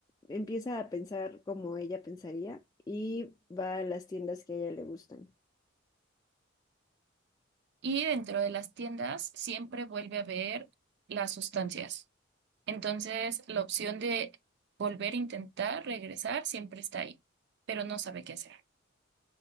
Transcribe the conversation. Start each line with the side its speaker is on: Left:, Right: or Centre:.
Left: empieza a pensar como ella pensaría y va a las tiendas que a ella le gustan.
Right: Y dentro de las tiendas siempre vuelve a ver las sustancias. Entonces, la opción de volver a intentar regresar siempre está ahí, pero no sabe qué hacer.